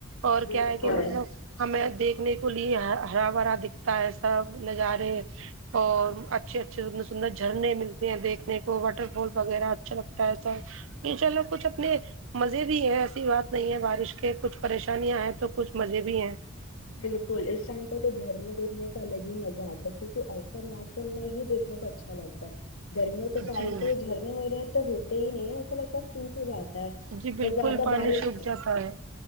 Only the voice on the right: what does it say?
اور
کیا ہے کہ مطلب ہمیں دیکھنے پلی ہرا بھرا دکھتا ہے سب نظارے اور اچھے اچھےر سندر جھرنے ملتے ہیں دیکھنے کو واٹر فال وغیرہ اچھا لگتا ہے سب انشاءاللہ کچھ اپنے مزے بھی ہے ایسی بات نہیں ہے بارش کے کچھ پریشانیاں ہیں تو کچھ مزے بھی ہیں
جی
جی بالکل
پانی
سوکھ جاتا ہے